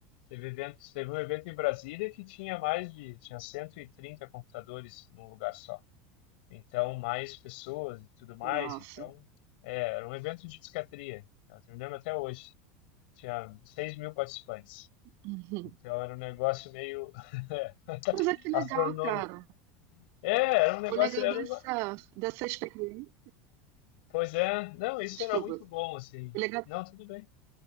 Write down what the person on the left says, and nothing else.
Teve evento, teve um evento em Brasília que tinha mais de, tinha 130 computadores num lugar só. Então, mais pessoas e tudo mais.
Então,
é, era um evento de psiquiatria. Eu me lembro até hoje. Tinha 6 mil participantes.
Então, era um negócio meio
<laughs>
astronômico.
É, era um negócio,
era
um...
Pois é, não, isso
era muito bom, assim.
Não, tudo bem.